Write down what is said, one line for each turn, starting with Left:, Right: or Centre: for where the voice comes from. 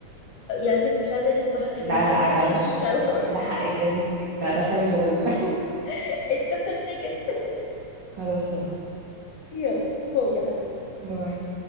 Left: يا ستي مش عايزه نسبح خليني
Right: لا لا
Left: احط
Right: عيب
Left: التاتش
Right: معلش
Left: بتاعي وخلاص
Right: كله إلا حقك يا ستي لا أدخلك بنسبة <laughs>
Left: <laughs> اتفقنا جدا
Right: خلاص تمام
Left: يلا باي يا حبيبي
Right: باي